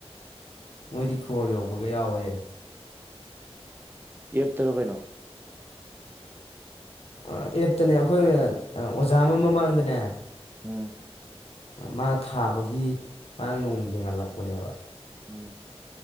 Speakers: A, on the left; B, on the right.
A: ꯃꯣꯏꯗꯤ ꯀ꯭ꯔꯣꯔ ꯌꯧꯕꯒ ꯌꯥꯎꯋꯦ
B: ꯑꯦꯞꯇꯥꯔꯣ ꯀꯩꯅꯣ
A: ꯑꯥ ꯑꯦꯞꯇꯅꯦ ꯑꯈꯣꯏ ꯑꯣꯖꯥ ꯑꯃ ꯃꯃꯥꯡꯗꯅꯦ
B: ꯎꯝ
A: ꯃꯥ ꯊꯥꯕꯒꯤ ꯃꯥꯅ ꯅꯣꯡꯃ ꯌꯦꯡꯍꯟꯂꯛꯄꯅꯦꯕ
B: ꯎꯝ